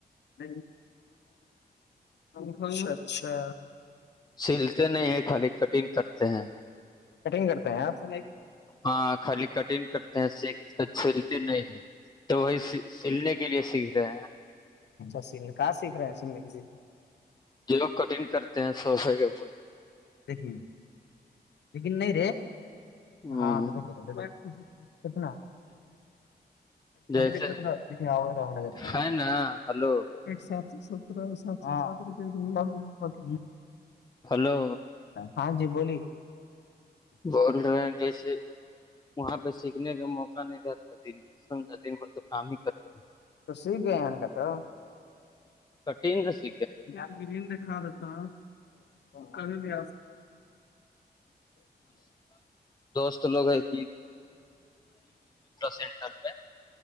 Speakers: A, on the left (about 85°); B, on the left (about 25°).
A: ل گنےا اچھا
B: سلتے نہیں ہے خالی کٹنگ کرتے ہیں
A: کٹنگ کرتے ہیں آپ س
B: ہاں خالی کٹن کرتے ہیں س چلتے نہیں ہے تو وہی سلنے کے لیے س گے
A: سل کہاں سیکھ رہے ہیں سنیے کے لیے
B: جو لوگ کٹن کرتے ہیں صفائی کا
A: دیکھی لیکن نہیں رے
B: ہ
A: ہاںتنا
B: جیسے
A: یکھا تھا دیکھ آ لگا تھا
B: ہے نا ہلو
A: سات ستر سات سر
B: ہلو
A: ہاں جی بولیے
B: بول رہے ہیں جیسے وہاں پہ سیکھنے کا موقع نہیں رہتا سمجان تو کام ہی کرتا
A: تو سیکھ گئے نا کہ تو
B: تھٹین سھ
A: یہ گرین دھا رہتا کبھی بھی
B: دوست لوگ ایک سینٹر پہ